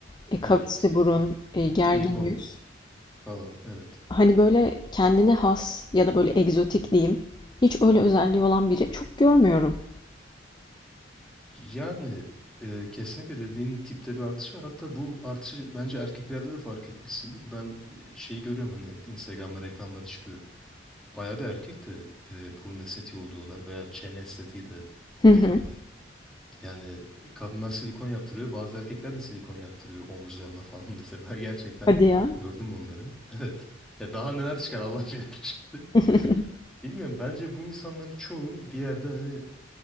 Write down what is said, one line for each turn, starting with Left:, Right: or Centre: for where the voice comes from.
Left: e, kavisli
Centre: Evet.
Left: burun, e, gergin
Centre: Silikon
Left: yüz.
Centre: falan evet.
Left: Hani, böyle, kendine has ya da, böyle, egzotik diyeyim, hiç öyle özelliği olan biri çok görmüyorum.
Centre: Yani e, kesinlikle dediğin tipte bir artış var. Hatta bu artışı bence erkeklerde de fark etmişsindir. Ben e, şeyi görüyorum hani Instagram'da reklamları çıkıyor. Bayağı bir erkek de e, burun estetiği oluyorlar veya çene estetiği de
Left: Hı hı.
Centre: oluyorlar. Yani kadınlar silikon yaptırıyor. Bazı erkekler de silikon yaptırıyor omuzlarına falan <laughs> mesela. Gerçekten
Left: Hadi ya.
Centre: gördüm onları. <laughs> Evet. Ya daha neler çıkar Allah bilir <laughs> şimdi.
Left: <laughs>
Centre: Bilmiyorum. Bence bu insanların çoğu bir yerde hani